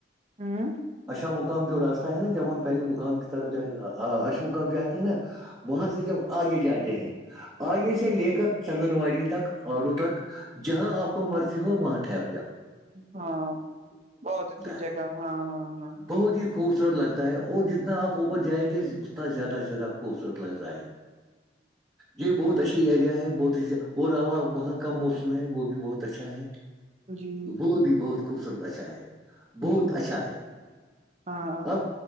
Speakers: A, on the right (about 35°); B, on the right (about 20°).
A: ہاں
B: اشا مقام جو راستہ ہے نا جب ہم پہلے مقام کی طرف جائیںا آ اشمقام جاتے ہیں نا وہاں سے جب آگے جاتے ہیں آگے سے لے کر چندن واڑی تک آڈو تک جہاں آپ کو مرضی ہو وہاں ٹھہرے آپ
A: ہاں بہت اچھی
B: ہے
A: جگہ ہاں ہاں ہاں
B: بہت ہی خوبصورت لگتا ہے اور جتنا آپ اوپر جائیں گے اتنا زیادہ سے زیادہ خوبصورت لگتا ہے یہی بہت اچھیا ا ایریا ہے بہت اچھا اور وہاں کا موسم ہے وہ بھی بہت اچھا ہے
A: ہ جی
B: وہ بھی بہت خوبصورت اشاء ہے
A: ہوں
B: بہت اچھا ہے
A: ہاں
B: اب